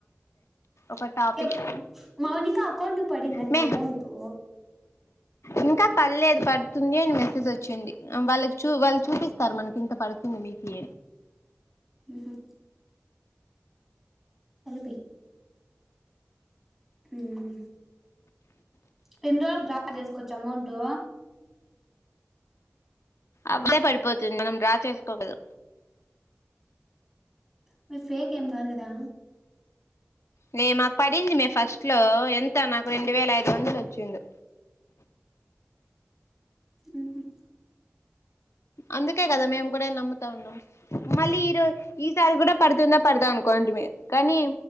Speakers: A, on the left; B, in the centre.
A: ఒక టాపిక్
B: ఎప్ మౌనికా అకౌంట్క్ పడిందాట్న
A: మే
B: అమౌంటు
A: ఇంకా పల్లేద్ పడ్తుంది అని మెసేజోచ్చింది వాళ్ళక్ చూ వాళ్ చూపిస్తారు మనకింత పడుతుం నికి
B: ఉహు కలిపి ఉమ్ పెన్లొ డ్రా చేస్కోచ్చ అమౌంటు
A: అప్డే పడిపోతుంది మనం డ్రా చేస్కోవదు
B: మీర్ ఫేకేం గద్ గదా
A: నె మాక్ పడింది మే ఫస్ట్ లో ఎంత నాకు రెండు వేల ఐదు వందలోచ్చిందు
B: ఉహు
A: అందుకే గదా మేమ్ గూడా నమ్ముతా ఉన్నాం మళ్ళీ ఈ రొజ్ ఈసారి గూడా పడ్తుందా పడ్ద అన్కు కొంటిమి కానీ